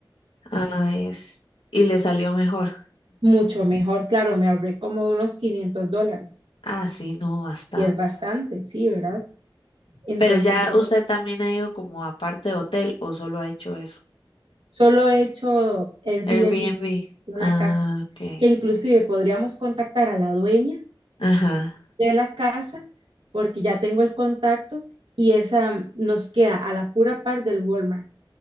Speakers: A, on the left; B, on the right.
A: Ah, es. Y le salió mejor.
B: Mucho mejor, claro, me ahorré como unos 500 dólares
A: Ah, sí, no, bastante.
B: y es bastante, sí, ¿verdad? Entonces
A: Pero ya
B: yo
A: usted también ha ido como aparte de hotel o solo ha hecho eso.
B: Solo he hecho Airbnb,
A: Airbnb.
B: una
A: Ah,
B: casa,
A: ok.
B: que inclusive podríamos contactar a la dueña
A: Ajá.
B: de la casa, porque ya tengo el contacto y esa nos queda a la pura par del Walmart.